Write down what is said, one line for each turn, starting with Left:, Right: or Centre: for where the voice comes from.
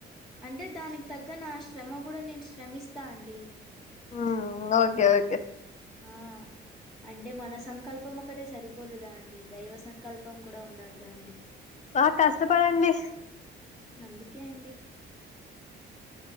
Centre: అంటే దానికి తగ్గ నా శ్రమ కూడా నేను శ్రమిస్తా అండి
Left: హమ్ ఓకే ఓకే
Centre: ఆ అంటే మన సంకల్పం ఒకటే సరిపోదుగా అండి దైవ సంకల్పం కూడా ఉండాలిగా అండి
Left: ఆ కష్టపడండి
Centre: అందుకే అండి